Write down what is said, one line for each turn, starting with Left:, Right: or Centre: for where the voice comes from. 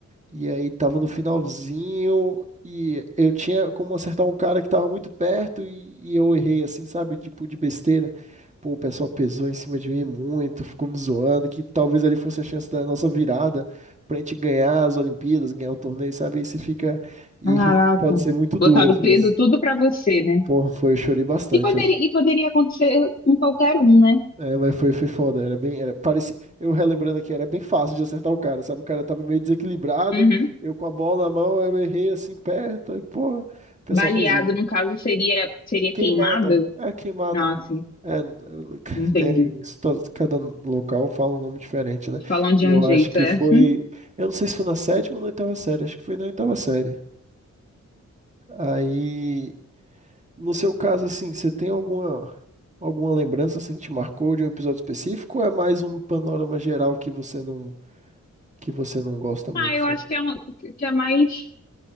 Right: e aí tava no finalzinho e eu tinha como acertar um cara que tava muito perto e, e eu errei, assim, sabe? Tipo, de besteira. Pô, o pessoal pesou em cima de mim muito, ficou me zoando, que talvez ali fosse a chance da nossa virada pra gente ganhar as Olimpíadas, ganhar o torneio, sabe? Aí você fica... E
Left: Caraca.
Right: pode ser muito
Left: Botaram
Right: duro às
Left: o peso
Right: vezes.
Left: tudo pra você, né?
Right: Pô, foi, eu chorei bastante.
Left: E poderia, e poderia acontecer com qualquer um, né?
Right: É, mas foi, foi foda, era bem, era, parecia, eu relembrando aqui, era bem fácil de acertar o cara, sabe? O cara tava meio desequilibrado,
Left: Uhum.
Right: eu com a bola na mão, eu errei assim perto, e porra, o pessoal
Left: Baleado,
Right: pesou.
Left: no caso, seria, seria
Right: Queimada,
Left: queimado?
Right: é queimada.
Left: Nossa,
Right: É, <laughs>
Left: entendi.
Right: tem isso, to- cada local fala um nome diferente, né?
Left: Falam de
Right: E Eu
Left: um jeito,
Right: acho que
Left: é.
Right: foi,
Left: <laughs>
Right: eu não sei se foi na sétima ou na oitava série, acho que foi na oitava série. Aí No seu caso, assim, você tem alguma alguma lembrança assim que te marcou de um episódio específico ou é mais um panorama geral que você não que você não gosta muito,
Left: Ah, eu
Right: sabe?
Left: acho que é, um, que é mais.